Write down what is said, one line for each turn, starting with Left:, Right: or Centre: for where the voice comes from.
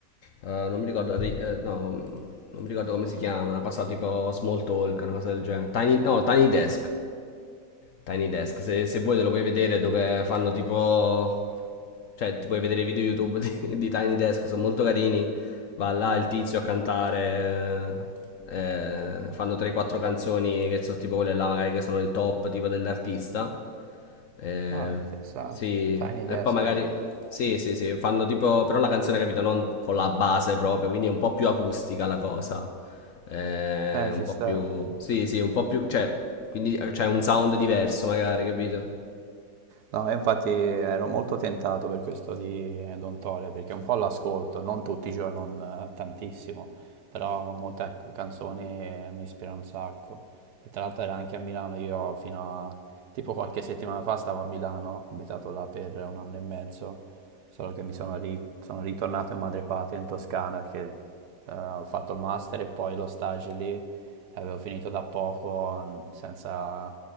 Left: eh, non mi ricordo, ri- eh, no, non mi ricordo come si chiama, una cosa tipo Small Talk, una cosa del genere. Tiny, no, Tiny Desk. Tiny Desk, se, se vuoi te lo puoi vedere dove fanno tipo... Cioè, ti puoi vedere i video YouTube <laughs> di, di Tiny Desk, sono molto carini. Va là il tizio a cantare. eh, eh, fanno 3-4 canzoni che sono tipo quelle là, magari che sono il top tipo dell'artista. Eh,
Right: Ah, interessante.
Left: sì,
Right: Tiny
Left: e
Right: Desk
Left: poi magari.
Right: hai detto.
Left: Sì, sì, sì, fanno tipo. Però la canzone, capito, non con la base proprio, quindi è un po' più acustica la cosa. Eh,
Right: Eh,
Left: un
Right: ci
Left: po'
Right: sta.
Left: più. Sì, sì, un po' più. Cioè, quindi c'è un sound diverso, magari, capito?
Right: No, io infatti ero molto tentato per questo di Don Tole, perché un po' l'ascolto, non tutti i giorni, non eh, tantissimo, però molte ac- canzoni eh, mi ispirano un sacco. E tra l'altro era anche a Milano, io fino a tipo qualche settimana fa stavo a Milano, ho abitato là per un anno e mezzo, solo che mi sono, ri- sono ritornato in madrepatria in Toscana perché eh, ho fatto il master e poi lo stage lì e avevo finito da poco, mh, senza